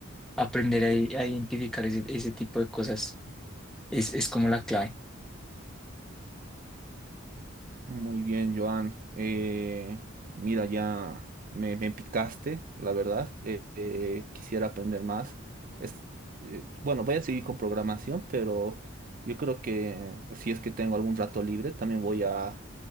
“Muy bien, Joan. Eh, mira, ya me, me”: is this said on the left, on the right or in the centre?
Right